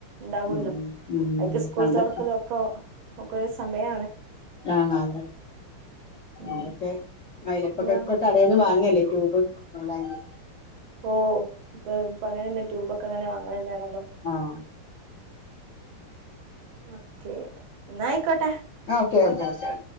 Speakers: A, on the right; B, on the left.
A: ണ്ടാവൂല്ലോ,
B: ഉം ഉം ഉം
A: അയ്ക്ക് സ്കൂൾ
B: പണ്ടൊക്കെ
A: തൊറക്കലൊ ഒക്കെ ഒക്ക ഒര് സമയാണ്.
B: ആഹ്‌ അതാണ്
A: ഉം
B: അതൊക്കെ അയലെ പ്പൊക്കൊക്കേ
A: എന്നാ
B: കടേന്ന് വാങ്ല്ലേ ട്യൂബ് മയ്ലാഞ്ചി.
A: ഓഹ്‌ ഇപ്പ ഇപ്പൊ അങ്ങനെന്നെ ട്യൂബൊക്കെ അങ്ങനെ വാങ്ങലന്നേണല്ലോ.
B: ആഹ്
A: ഓക്കെ ന്നായിക്കോട്ടെ.
B: ആഹ് ഓക്കേ ഓക്കേ ഓക്കേ.